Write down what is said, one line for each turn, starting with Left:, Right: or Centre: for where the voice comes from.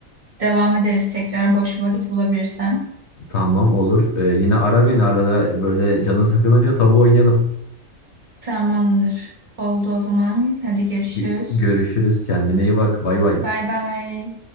Right: devam ederiz tekrar boş bir vakit bulabilirsem.
Left: tamam olur. Ee, yine ara beni arada böyle canın sıkılınca tabu oynayalım.
Right: Tamamdır. Oldu o zaman. Hadi görüşürüz.
Left: Gö- Görüşürüz. Kendine iyi bak. Bay bay.
Right: Bay bay.